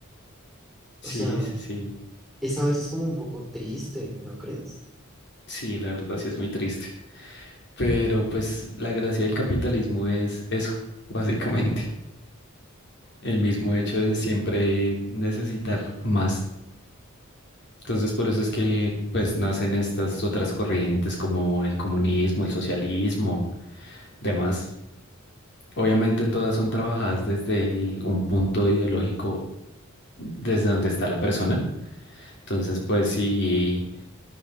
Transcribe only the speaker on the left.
Sí,
sí, sí.
Sí, la verdad sí es muy triste. Pero pues la gracia del capitalismo es eso, básicamente. el mismo hecho
de
siempre necesitar más. Entonces, por eso es que pues nacen estas otras corrientes como el comunismo, el socialismo, demás. Obviamente todas son trabajadas desde un punto ideológico desde donde está la persona. Entonces, pues si